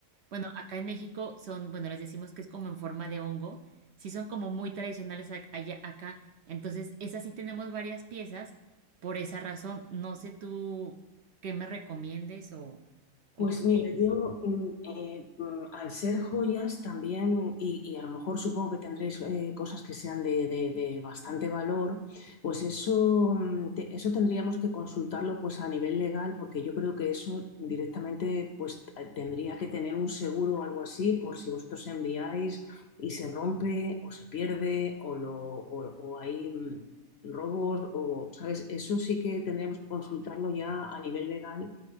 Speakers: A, on the right; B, on the left.
A: bueno, acá en México son, bueno, les decimos que es como en forma de hongo sí son como muy tradicionales ac- allá- acá. Entonces, esas sí tenemos varias piezas. Por esa razón, no sé tú qué me recomiendes o, o
B: Pues
A: qué opinas.
B: mira, yo mm, eh, mm, al ser joyas también, y, y a lo mejor supongo que tendréis eh, cosas que sean de, de- de bastante valor, pues eso, mm, te- eso tendríamos que consultarlo pues a nivel legal, porque yo creo que eso directamente pues t- tendría que tener un seguro o algo así, por si vosotros enviáis y se rompe o se pierde o, lo, o, o hay mm, robos o, ¿sabes? Eso sí que tendríamos que consultarlo ya a nivel legal